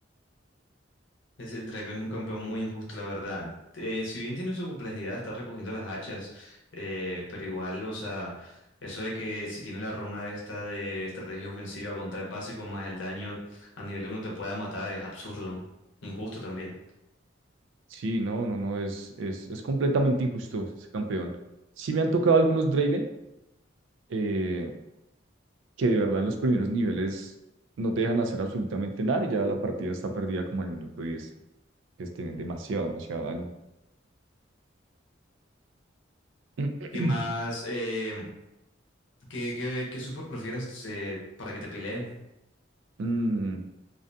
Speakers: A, on the left; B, on the right.
A: Ese Draven es un campeón muy injusto, la verdad. Eh, si bien tiene su complejidad, está recogiendo las hachas, eh, pero igual, o sea, eso de que si tiene la runa esta de estrategia ofensiva contra el básico más el daño al nivel uno te pueda matar es absurdo, injusto también.
B: Sí, no, no, no, es, es, es completamente injusto ese campeón. Sí me han tocado algunos Draven, eh, que de verdad en los primeros niveles no te dejan hacer absolutamente nada y ya la partida está perdida como al minuto 10, que tienen demasiado, demasiado daño. <clears throat>
A: ¿Qué más? Eh, ¿qué, qué, qué support prefieres eh, para que te peleen?
B: Mm,